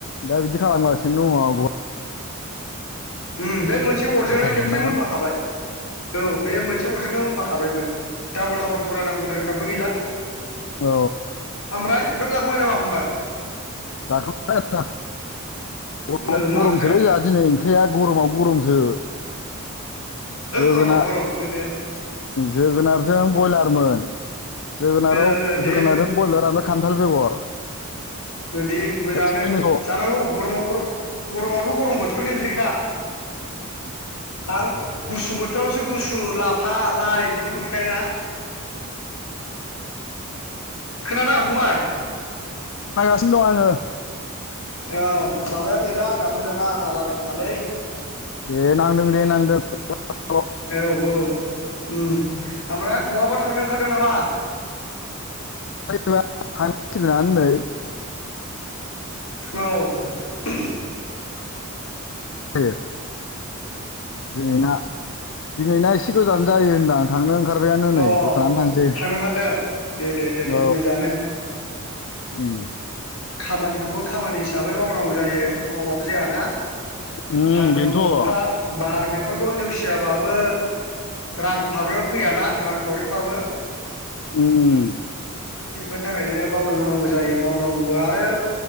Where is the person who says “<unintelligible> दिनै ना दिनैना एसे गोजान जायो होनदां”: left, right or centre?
Left